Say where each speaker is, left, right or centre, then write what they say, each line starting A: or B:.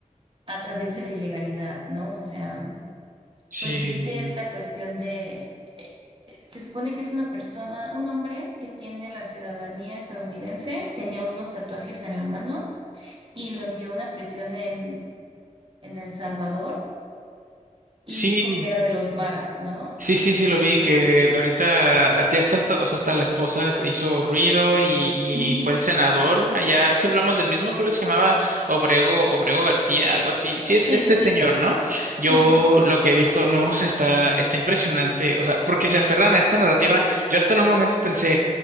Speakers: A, on the right; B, on the right.
A: a través de la ilegalidad, ¿no? O sea
B: sí,
A: pues viste esta cuestión de, eh, eh, se supone que es una persona, un hombre que tiene la ciudadanía estadounidense, tenía unos tatuajes en la mano y lo envió a una prisión en, en El Salvador y
B: sí.
A: dijo que era de los maras, ¿no?
B: Sí, sí, sí,
A: Eh,
B: lo vi, que de ahorita as- ya está, hasta, o sea, hasta la esposa s- hizo ruido y, y
A: Ujú.
B: fue el senador allá, si hablamos del mismo, creo que se llamaba Obrego, Obrego García, algo así. Sí, es
A: Sí,
B: este
A: sí, sí,
B: señor, ¿no? Yo
A: sí, sí, sí,
B: lo que he visto, no, o sea, está, está impresionante, o sea, porque se aferran a esta narrativa, yo hasta en un momento pensé,